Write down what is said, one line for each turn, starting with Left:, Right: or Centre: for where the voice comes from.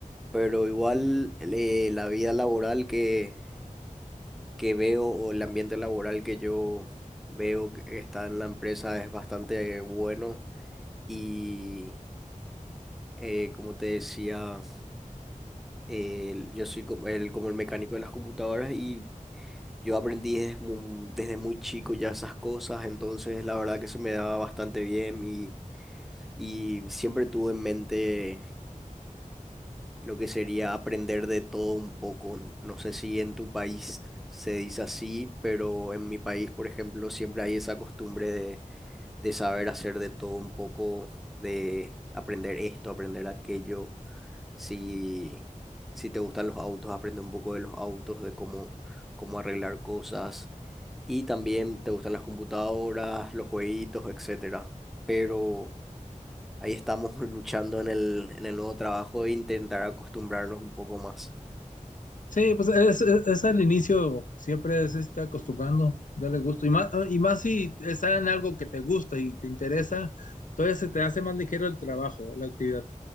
Centre: pero igual eh, la vida laboral que, que veo o el ambiente laboral que yo veo que está en la empresa es bastante eh, bueno. Y eh, como te decía, eh, yo soy como el, como el mecánico de las computadoras y Yo aprendí des- mu- desde muy chico ya esas cosas, entonces la verdad que se me daba bastante bien y, y siempre tuve en mente lo que sería aprender de todo un poco. No sé si en tu país se dice así, pero en mi país, por ejemplo, siempre hay esa costumbre de, de saber hacer de todo un poco, de aprender esto, aprender aquello. Si, si te gustan los autos, aprende un poco de los autos, de cómo, cómo arreglar cosas y también te gustan las computadoras, los jueguitos, etcétera. Pero ahí estamos <laughs> luchando en el, en el nuevo trabajo e intentar acostumbrarnos un poco más.
Left: Sí, pues es, es, es al inicio, siempre es está acostumbrando, darle gusto. Y más, y más si está en algo que te gusta y te interesa, entonces se te hace más ligero el trabajo, la actividad.